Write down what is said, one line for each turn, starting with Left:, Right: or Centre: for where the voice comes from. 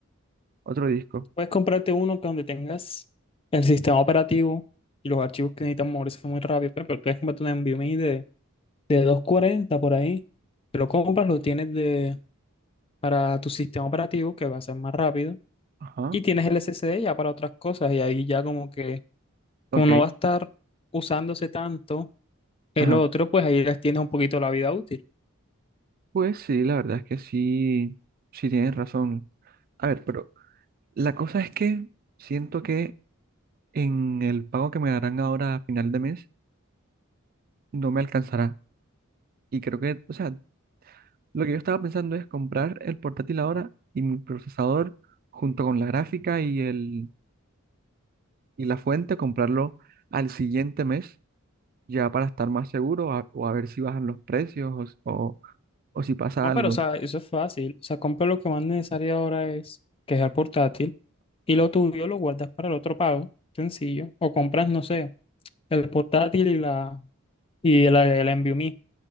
Right: otro disco?
Left: Puedes comprarte uno que donde tengas el sistema operativo y los archivos que necesitan moverse muy rápido. Pero pero puedes comprarte un NVMe de, de 240 por ahí. Te lo compras, lo tienes de, para tu sistema operativo que va a ser más rápido.
Right: Ajá.
Left: Y tienes el SSD ya para otras cosas. Y ahí ya como que como
Right: Ok.
Left: no va a estar usándose tanto el
Right: Ajá.
Left: otro, pues ahí les tienes un poquito la vida útil.
Right: Pues sí, la verdad es que sí, sí tienes razón. A ver, pero la cosa es que siento que en el pago que me darán ahora a final de mes no me alcanzará. Y creo que, o sea, lo que yo estaba pensando es comprar el portátil ahora y mi procesador junto con la gráfica y el y la fuente, comprarlo al siguiente mes ya para estar más seguro a- o a ver si bajan los precios o, o, o si pasa
Left: No,
Right: algo.
Left: pero o sea, eso es fácil. O sea, compra lo que más necesario ahora es, que es el portátil, y lo tuyo lo guardas para el otro pago, sencillo. O compras, no sé, el portátil y la y la, el NVMe.